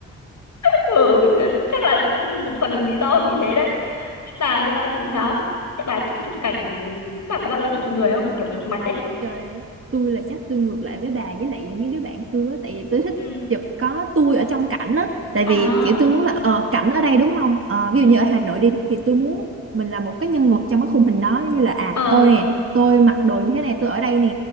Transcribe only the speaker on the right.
<laughs>
Ê,
Trời ơi, tôi là chắc tôi ngược lại với bà với lại mấy đứa bạn tôi á tại vì tôi thích
chụp có tôi ở trong cảnh á tại vì
kiểu tôi muốn là ờ, cảnh ở đây đúng không Ờ, ví
dụ như ở Hà Nội đi thì tôi muốn mình là một cái nhân vật trong cái khung hình đó giống như là à
tôi nè tôi mặc đồ như thế này tôi ở đây nè